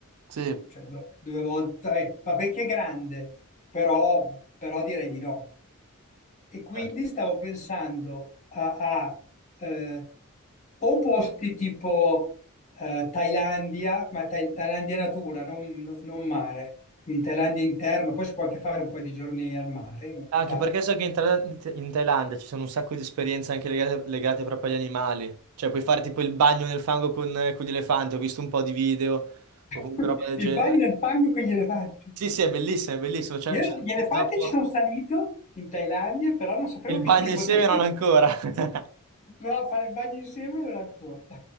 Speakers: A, on the right (about 80°); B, on the left (about 35°).
A: Sì,
B: cioè, no, due volte, eh, vabbè che è grande, però, però direi di no. E quindi
A: Certo.
B: stavo pensando a, a, eh, o posti tipo eh, Thailandia, ma Tha- Thailandia natura, non, non- non mare, quindi Thailandia interno, poi si può anche fare un po' di giorni al mare in realtà.
A: Anche perché so che in, Thail- in Thailandia ci sono un sacco di esperienze anche legate, legate proprio agli animali. Cioè, puoi fare tipo il bagno nel fango con, con gli elefanti. Ho visto un po' di video o
B: <laughs>
A: comunque roba del
B: Il
A: genere.
B: bagno nel fango con gli elefanti.
A: Sì, sì, è bellissimo, è bellissimo. Cioè,
B: Io
A: ci sono
B: gli
A: degli
B: elefanti
A: zoo apposta.
B: ci sono salito in Thailandia, però non sapevo
A: Il
B: che
A: bagno
B: ci si
A: insieme
B: potesse
A: non ancora. <laughs>
B: <laughs> no, fare il bagno insieme non ancora.